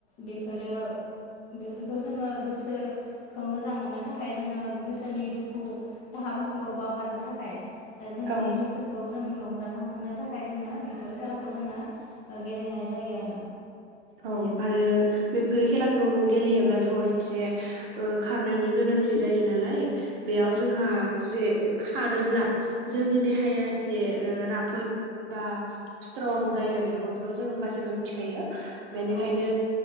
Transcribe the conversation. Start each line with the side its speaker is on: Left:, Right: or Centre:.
Left: बेफोरो बेफोरखौ जोङो गोसोखौ मोजां मोननो थाखाय जोङो गोसोनि दुखु दाहाफोर खौ बावगारनो थाखाय जोंनि
Right: औ
Left: गोसोखौ जों रंजाखांहोनो थाखाय जोङो बेफोर खेलाखौ जोङो गेलेनाय जायो आरो
Right: औ आरो बेफोर खेलाखौ गेलेयोब्लाथ' एसे ओ खारनायनि गोनांथि जायो नालाय बेयाव
Left: औ
Right: जोंहा मोसे खारोब्ला जोंनि देहाया एसे ओ राफोद बा स्ट्रं
Left: औ
Right: जायो बेखौथ' जों गासैबो मिथिखायो बेनिखायनो
Left: औ